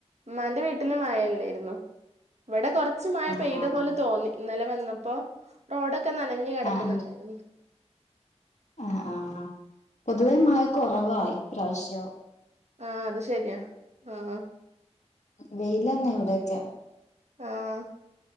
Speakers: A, on the right; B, on the left.
A: ഉമ്മാന്റെ വീട്ടില് മയല്ലായിരുന്നു ഇവിടെ കൊറച്ച് മഴ
B: ആഹ്
A: പെയ്ത
B: ആഹ്
A: പോലെ തോന്നി, ഇന്നലെ വന്നപ്പോ റോഡൊക്കെ നനഞ്ഞ് കെടക്കുന്നുണ്ടായിരുന്നു,
B: ആഹ് ആഹ് ആഹ് ആഹ്, പൊതുവെ മയ കൊറവാ ഇപ്രാവശ്യം
A: ആഹ് അത് ശരിയാ ആഹ്
B: വെയില് തന്നെ ഇവിടെയൊക്കെ
A: ആഹ്